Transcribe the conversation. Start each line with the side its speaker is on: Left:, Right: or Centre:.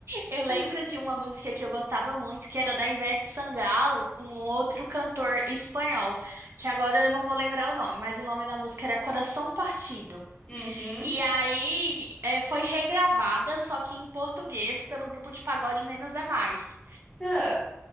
Right: Eu lembro
Left: <laughs>
Right: de uma música que eu gostava muito, que era da Ivete Sangalo, com outro cantor espanhol, que agora eu não vou lembrar o nome, mas o nome da música era Coração Partido.
Left: Uhum.
Right: E aí, eh, foi regravada, só que em português, pelo grupo de pagode Menos é Mais.
Left: Ah.